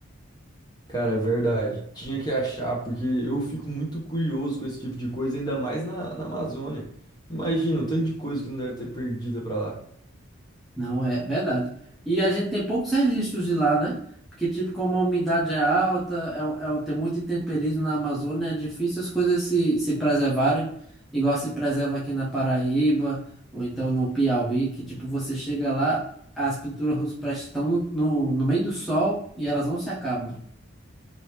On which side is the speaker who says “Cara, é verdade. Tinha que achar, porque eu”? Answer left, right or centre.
Left